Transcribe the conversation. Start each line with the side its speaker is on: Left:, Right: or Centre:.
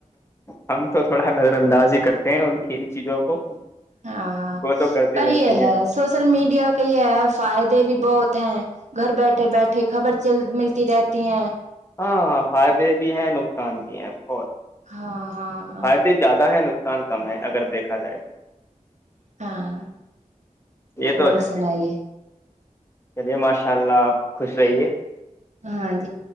Left: ہم تو تھوڑا نظر انداز ہی کرتے ہیں ان کی ان چیزوں کو
Right: ہاں ہاں
Left: وہ تو کرتی
Right: پر
Left: رہتی
Right: یہ ہے سوشل میڈیا کے یہ ہے فائدے بھی بہت ہیں گھر بیٹھے بیٹھے خبر چل ملتی رہتی ہیں
Left: ہاں ہاں فائدے بھی ہیں نقان <inaudible> اور
Right: ہاں ہاں
Left: فائدے زیادہ ہیں نقصان کم ہے اگر دیکھا جائے
Right: ہاں
Left: تو۔ یہ
Right: اور
Left: تو ہے
Right: سنائیے
Left: چلیے ماشاء اللہ آپ خوش رہیے
Right: <unintelligible>